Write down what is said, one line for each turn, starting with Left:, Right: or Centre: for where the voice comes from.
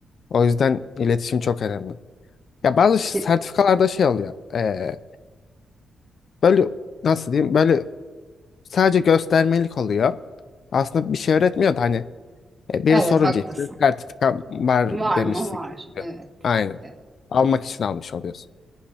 Left: O yüzden iletişim çok önemli. Ya bazı ş-
Right: Ki,
Left: sertifikalarda şey oluyor. eee, böyle nasıl diyeyim? Böyle sadece göstermelik oluyor. Aslında bir şey öğretmiyor da hani e, biri
Right: evet
Left: sorunca
Right: haklısın.
Left: işte sertifika var
Right: Var
Left: demişsin
Right: mı? Var.
Left: oluyor.
Right: Evet.
Left: Aynen.
Right: Evet,
Left: Almak için almış oluyorsun.